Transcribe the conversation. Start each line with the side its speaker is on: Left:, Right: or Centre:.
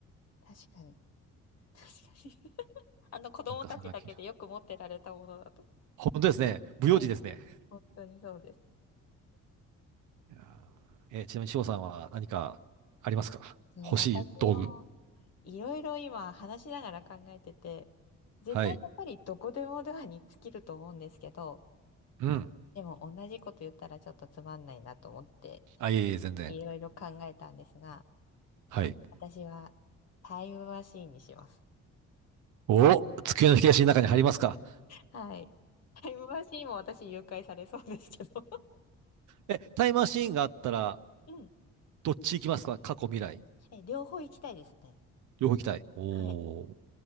Left: 確かに。確かに。あの子供たちだけでよく持ってられたものだと。
Right: なんかそんな気がします。本当ですね。不用心ですね。
Left: はい、本当にそうです。
Right: いやーえーちなみに翔さんは何かありますか欲しい道具。
Left: そう、私もいろいろ今話しながら考えてて、絶対やっぱりどこでもドアに尽きると思うんですけど、
Right: はい。うん。
Left: でも同じこと言ったらちょっとつまんないなと思って、
Right: あ、いえいえ、全然。
Left: いろいろ考えたんですが、
Right: はい。
Left: 私はタイムマシーンにします。
Right: お、机の引き出しの中に入りますか。
Left: はい。タイムマシーンも私誘拐されそうですけど。
Right: え、タイムマシーンがあったら、
Left: <laughs> うん。
Right: どっち行きますか過去、未来。
Left: <laughs> え、両方行きたいですね。
Right: 両方行きたい。おー。
Left: はい。